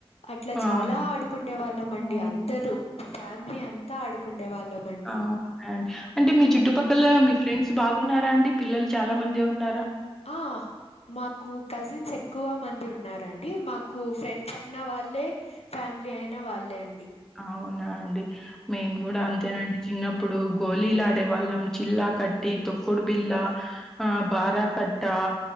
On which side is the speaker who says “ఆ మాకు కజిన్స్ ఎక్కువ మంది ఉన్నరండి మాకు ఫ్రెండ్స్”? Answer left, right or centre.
Left